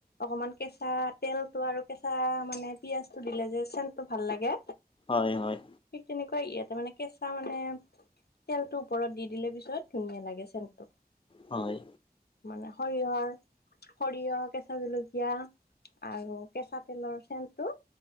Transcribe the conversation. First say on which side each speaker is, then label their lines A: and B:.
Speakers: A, on the left; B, on the left.
A: অকমান কেঁচা তেলটো আৰু কেঁচা মানে পিয়াজটো দিলে যে চেণ্টো ভাল লাগে।
B: হয়, হয়।
A: ঠিক তেনেকুৱা, ইয়াতে মানে কেঁচা মানে তেলটো ওপৰত দি দিলে পিছত ধুনীয়া লাগে চেণ্টো।
B: হয়।
A: মানে সৰিয়হৰ, সৰিয়হ কেঁচা জলকীয়া আৰু কেঁচা তেলৰ চেণ্টো